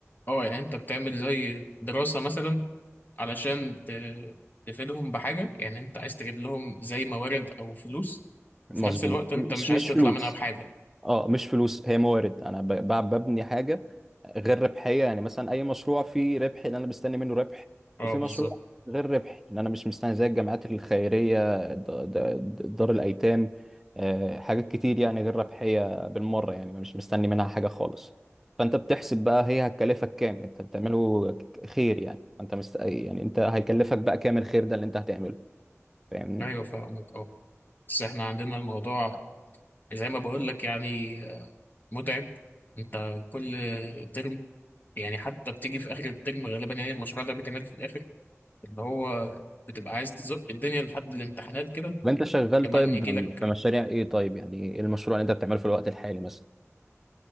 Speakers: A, on the left; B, in the centre.
A: اه يعني أنت بتعمل زي دراسة مثلا علشان ت- تفيدهم بحاجة يعني انت عايز تجيب لهم زي موارد او فلوس
B: مظبوط
A: في نفس الوقت
B: مش
A: انت مش
B: مش
A: عايز تطلع
B: فلوس
A: منها بحاجة
B: اه مش فلوس هي موارد انا ب- ب- ببني حاجه غير ربحيه يعني مثلا اي مشروع فيه ربح ان انا مستني منه ربح
A: اه
B: وفي
A: بالظبط
B: مشروع غير ربحي ان انا مش مستني زي الجامعات الخيريه د- د- دار الايتام آه، حاجات كتير يعني غير ربحيه بالمره يعني مش مستني منها حاجه خالص فانت بتحسب بقى هي هتكلفك كام انت بتعمله ك- خير يعني انت مست... يعني انت هيكلفك بقى كام الخير ده اللي انت هتعمله فاهمني
A: ايوه فاهمك اه بس احنا عندنا الموضوع زي ما بقول لك يعني متعب انت كل ترم يعني حتى بتيجي في اخر الترم غالبا يعني المشروع ده بيتعمل في الاخر اللي هو بتبقى عايز تزق الدنيا لحد الامتحانات كده
B: طب انت شغال
A: كمان
B: طيب
A: يجي لك
B: في مشاريع ايه طيب يعني ايه المشروع اللي انت بتعمله في الوقت الحالي مثلا